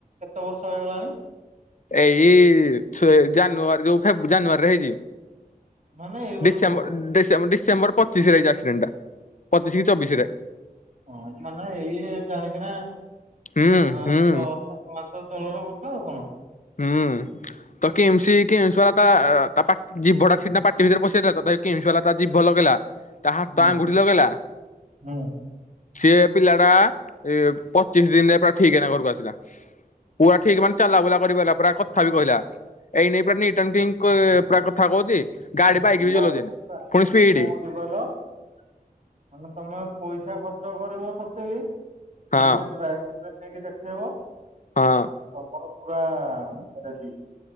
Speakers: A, on the right; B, on the left.
A: କେତେ ବର୍ଷ ହେଇଗଲାଣି।
B: ଏଇ ଛ ଜାନୁଆରୀରୁ ଫେ ଜାନୁଆରୀରେ ହେଇଛି।
A: ମାନେ ଏଇ ବର୍ଷ
B: ଡିସେମ୍ବର
A: କଥା
B: ଡିସେ ଡିସେମ୍ବର ପଚିଶରେଇ ଆଡେଣ୍ଟଟା ପଚିଶ କି ଚବିଶ ରେ
A: ହଁ ମାନେ ଏଇ ଜାଣିକିନା
B: ହୁଁ
A: ହଁ
B: ହୁଁ
A: ଛଅ ସାତ ମାସ ତଳର କଥା ଆଉ କଣ?
B: ହୁଁ। ତ କିମିସ୍ କିମିସ୍ ବାଲା ତା ତା ପା ଜିଭଟା ସିନା ପାଟି ଭିତରେ ପସିଯାଇଥିଲା ତ ତଥାପି କିମିସ୍ ବାଲା ତା ଜିିଭ ଲଗେଇଲା। ତା ହାତ
A: ହୁଁ
B: ଆଙ୍ଗୁଠି ଲଗେଇଲା।
A: ହୁଁ
B: ସେଏ ପିଲା ଟା ପଚିଶ ଦିନରେ ପୁରା ଠିକ ହେ ନା ଘରକୁ ଆସିଲା। ପୁରା ଠିକ ମାନେ ଚାଲାବୁଲା କରି ପାରଲା ପାୟ କଥା ବି କହିଲା। ଏଇ ନେଇ ପୁରା ନିଟ୍ ଆନ୍ଡ୍ କ୍ଲିନ୍ କରି ପୁରା କଥା କହୁଛି। ଗାଡି
A: ହଉଚି
B: ବାଇକ୍ ବି ଚଲଉଛି ଏଇନେ। ପୁଣି ସ୍ପିଡ
A: କହିଲ ମାନେ ତମେ ପଇସା ପଇସା ଖର୍ଚ୍ଚ କରିବ ସତ ବି କିନ୍ତୁ
B: ହଁ
A: ପ୍ରାଇଭେଟରେ ନେଇକି ଦେଖେଇବ।
B: ହଁ।
A: ତମର ପୁରା ରେଡି